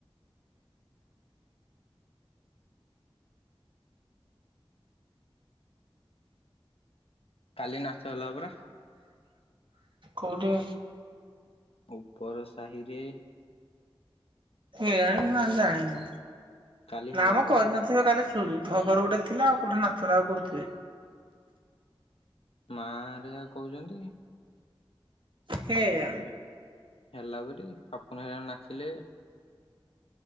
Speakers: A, on the left; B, on the right.
A: କାଲି ନାଚ ହେଲା ପୁରା।
B: କଉଠି?
A: ଉପର ସାହିରେ।
B: କେଜାଣି ମୁଁ ଆଉ ଜାଣିନୁ
A: କାଲି ହେଲା
B: ନାମ
A: ପରା।
B: କରିନଥିବେ କାଲି। ସୁଧ ଘର ଗୋଟେ ଥିଲା <unintelligible> ନାଚ କରୁଥିଲେ।
A: ମାରେଆ କହୁଛନ୍ତି
B: ସେଇୟା।
A: ହେଲା ବୋଲି ପାପୁନା ହେଲା ନାଚିଲେ।